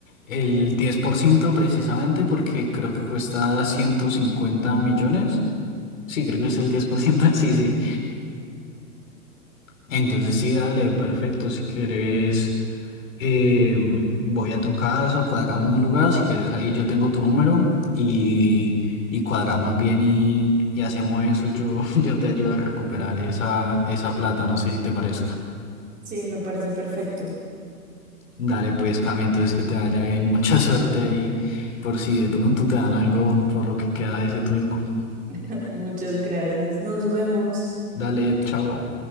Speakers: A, on the left; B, on the right.
A: el 10% precisamente porque creo que cuesta 150 millones. Sí, creo que es el 10%. <laughs> Sí, sí. Entonces sí, dale, perfecto. Si quieres, eh, voy a tu casa o cuadramos un lugar. Si quieres, ahí yo tengo tu número y, y cuadramos bien y, y hacemos eso. Yo, <laughs> yo te ayudo a recuperar esa, esa plata. No sé si te parezca.
B: Sí, me parece perfecto.
A: Dale, pues, Cami, entonces que te vaya bien. <laughs> Mucha suerte ahí por si de pronto te dan algo por lo que queda de ese Twingo.
B: <laughs> Muchas gracias. Nos vemos.
A: Dale, chao.